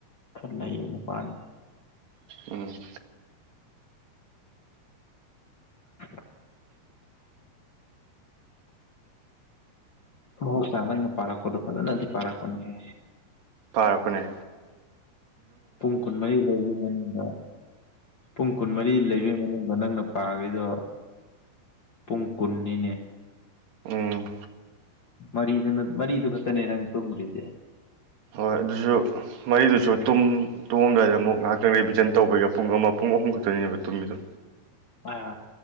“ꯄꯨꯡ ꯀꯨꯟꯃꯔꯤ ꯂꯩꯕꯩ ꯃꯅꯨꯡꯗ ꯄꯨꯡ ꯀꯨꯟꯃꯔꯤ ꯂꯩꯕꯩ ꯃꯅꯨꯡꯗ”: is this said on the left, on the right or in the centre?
Left